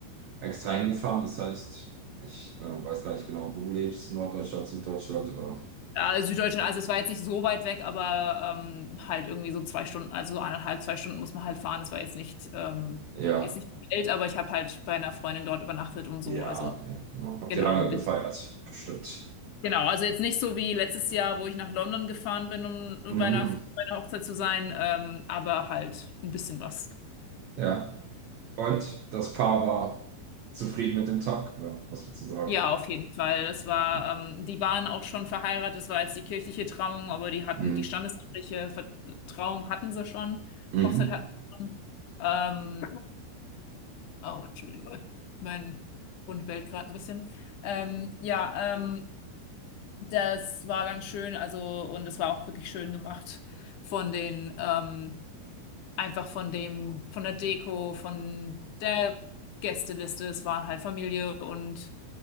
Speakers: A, on the right; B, on the left.
A: Extra hingefahren, das heißt, ich äh, weiß gar nicht genau, wo du lebst, Norddeutschland, Süddeutschland oder.
B: Ja, Süddeutschland, also es war jetzt nicht so weit weg, aber ähm, halt irgendwie so zwei Stunden, also so eineinhalb, zwei Stunden muss man halt fahren. Es war jetzt nicht, ähm,
A: Ja,
B: jetzt nicht die Welt, aber ich habe halt bei einer Freundin dort übernachtet und so.
A: ja,
B: Also
A: ja, genau. Habt
B: genau,
A: ihr lange
B: ein bisschen.
A: gefeiert? Bestimmt.
B: Genau, also jetzt nicht so wie letztes Jahr, wo ich nach London gefahren bin, um
A: Mhm,
B: bei einer, bei einer Hochzeit zu sein, ähm, aber halt ein bisschen was.
A: ja. Und das Paar war zufrieden mit dem Tag, ja, was würdest du sagen?
B: Ja, auf jeden Fall. Das war,
A: Ja.
B: ähm, die waren auch schon verheiratet. Das war jetzt die kirchliche Trauung, aber die hatten
A: Mhm.
B: die standesamtliche Ver- Trauung hatten sie schon.
A: Mhm.
B: Hochzeit hatten sie schon. Ähm, oh, Entschuldigung, mein Hund bellt gerade ein bisschen. Ähm, ja, ähm, das war ganz schön. Also und es war auch wirklich schön gemacht von den ähm, einfach von dem von der Deko, von der Gästeliste. Es war halt Familie und